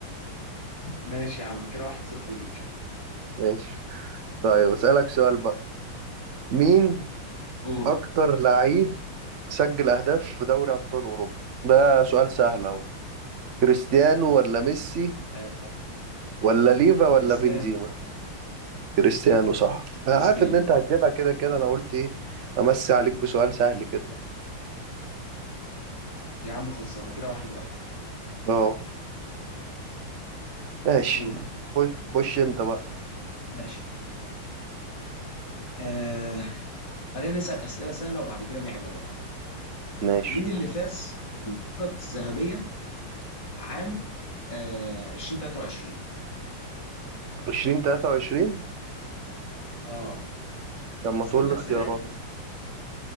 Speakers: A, on the left; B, on the right.
A: ماشي يا عم كده واحد صفر ليك
B: ماشي طيب أسألك سؤال بقى مين
A: قول
B: أكتر لعيب سجل أهداف في دوري أبطال أوروبا؟ ده سؤال سهل أهو كريستيانو ولا ميسي
A: آه
B: ولا ليفا ولا
A: كريستيان
B: بنزيما؟ كريستيانو صح أنا
A: كريستيان
B: عارف إن أنت هتجيبها كده كده أنا قلت إيه أمسي عليك بسؤال سهل كده
A: يا عم خلصانه كده واحد واحد
B: أه ماشي
A: قول
B: خش خش أنت بقى
A: ماشي آه... خلينا نسأل أسئلة سهلة وبعد كده نعلى بقى
B: ماشي
A: مين اللي فاز بالكرة الذهبية عام آه 2023
B: 2023
A: اه
B: لما
A: صرنا
B: تقول لي اختيارات
A: أسئلة يعني في الخ...